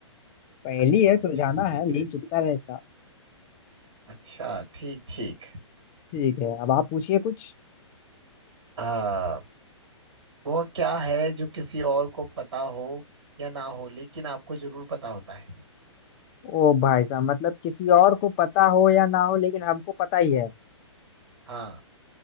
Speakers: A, on the left (about 25°); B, on the right (about 65°).
A: पहेली
B: अच्छा
A: है सुलझाना
B: अच्छा ठीक
A: है ली
B: है
A: चुकता है इसका
B: अच्छा ठीक ठीक
A: ठीक है अब आप पूछिए कुछ
B: आ, वो क्या है जो किसी और को पता हो या ना हो लेकिन आपको जरूर पता होता है
A: ओ भाई साहब मतलब किसी और को पता हो या ना हो लेकिन हमको पता ही है
B: हाँ